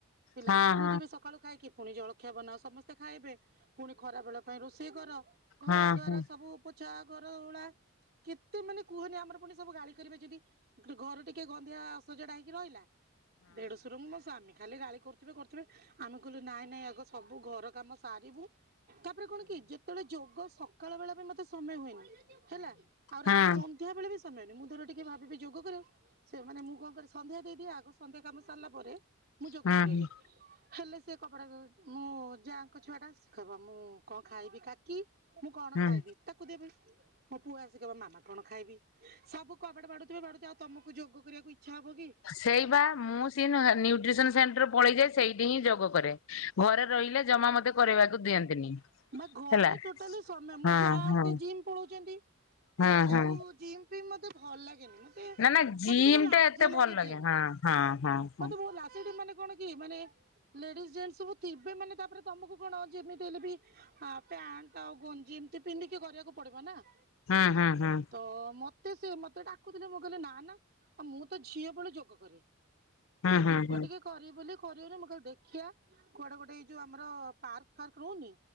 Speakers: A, on the right; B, on the left.
A: ପିଲାଙ୍କ
B: ହଁ
A: ସ୍କୁଲ୍
B: ହଁ ହଁ ହଁ ହଁ
A: ଯିବେ ସକାଳୁ ଖାଇକି ପୁଣି ଜଳଖିଆ ବନାଅ ସମସ୍ତେ ଖାଇବେ ପୁଣି ଖରା ବେଳ ପାଇଁ ରୋଷେଇ କର
B: ହଁ
A: ଘର ଦ୍ଵାର ସବୁ ପଚା ଘରଉଳା। କେତେ ମାନେ କୁହନି, ଆମର ପୁଣି ସବୁ ଗାଳି କରିବେ, ଯଦି ଘର ଟିକେ ଗନନ୍ଧିଆ ଅସଜଡା ହେଇକି ରହିଲା। ଦେଢଶୁର, ମୋ ସ୍ବାମୀ ଖାଲି ଗାଳି କରୁଥିବେ କରିଥିବେ, ଆମେ କଲେ। ନାଇଁ ନାଇଁ, ଆଗ ସବୁ ଘର କାମ ସାରିବୁ। ତାପରେ କଣ କି, ଯେତେବେଳେ ଯୋଗ ସକାଳ ବେଳେ ପାଇଁ ମତେ ସମୟ ହୁଏନି ହେଲା, ଆଉ ରାତ୍
B: ହଁ ହଁ
A: ସିଂ। ତୁହାବେଳେ ବି ସମୟ ନି, ମୁଁ ଧର ଟିକେ ଭାବିବି ଯୋଗ କରିବାକୁ। ସେ ମାନେ, ମୁଁ କଣ କରେ, ସନ୍ଧ୍ୟା ଦେଇଦିଏ। ଆଗ ସନ୍ଧ୍ୟା କାମ ସାରିଲା ପରେ ମୁଁ ଯୋଗ
B: ହଁ
A: କରେ ହେଲେ। ସେ କପଡ଼ାକୁ ଧୋଚି, ମୁଁ ଯାଁଙ୍କ ଛୁଆଟା ସୁଖାବ। ମୁଁ କଣ ଖାଇବି କାକ୍? କି ମୁଁ କଣ
B: ହଁ।
A: ଖାଇବି, ତାକୁ ଦେବି? ମୋ ପୁଅ ଆସିଯିବ। ମାମା, କଣ ଖାଇବି? ସବୁ କବାଡ ବାଡେଉଥିବେ, ବାଡେଉଥିବେ ଆଉ ତମକୁ ଯୋଗ କରିବାକୁ ଇଚ୍ଛା ହବ କି?
B: ସେଇ ବା ମୁଁ ସିଏନା ନ୍ୟୁଟ୍ରିସନ ସେଣ୍ଟର ପଳେଇଯାଏ, ସେଇଠି ହିଁ ଯୋଗ କରେ। ଘରେ ରହିଲେ ଜମା ମତେ କରିବାକୁ ଦିଅନ୍ତିନି।
A: ବା ଘରେ
B: ହେଲା।
A: ଟୋଟାଲ ସମୟ ମୁଁ
B: ହଁ
A: ଯାହା
B: ହଁ
A: ଆସି ଜିମ୍ ପଳାଉଛନ୍ତି,
B: ହଁ
A: ମତେ
B: ହଁ।
A: ଆଉ ଜିମ୍ ସେ ମୋତେ ଭଲ ଲାଗେନି। ଟିଏ
B: ନା ନା ଜିମ୍
A: ମତେ ଟିକେ ଲାଜ
B: ଟା ଏତେ ଭଲ
A: ଲାଗେ, ଜିମ୍
B: ହଁ ହଁ ହଁ ହଁ।
A: ମତେ ବହୁତ୍ ଲାଚେଟିନ ମାନେ। କଣ କି, ମାନେ ଲେଡିସ୍ ଜେନସ୍ ସବୁ ଥିବେ ମାନେ ତା, ପରେ ତମକୁ କଣ ଯେମିତି ହେଲେ ବି ଆ ପ୍ୟାଣ୍ଟ ଆଉ ଗଞ୍ଜି ଏମିତି ପିନ୍ଧିକି କରିବାକୁ ପଡିବ ନାଁ?
B: ହୁଁ ହୁଁ ହୁଁ
A: ତ ମତ୍ ମତେ ସେ ମତେ ଡାକୁଥିଲେ, ମୁଁ କହିଲେ ନା ନା। ଆଉ ମୁଁ ତ ଝିଅ ବେଳୁ ଯୋଗ କରେ।
B: ହୁଁ ହୁଁ ହୁଁ
A: ଯୋଗ ଟିକେ କରିବି ବୋଲି କରିବି ବୋଲି ମୁଁ କହିଲି ଦେଖିବା। କୁଆଡେ ଗୋଟିଏ ଏଇ ଯୋଉ ଆମର ପାର୍କ ଫାର୍କ, ରହୁନି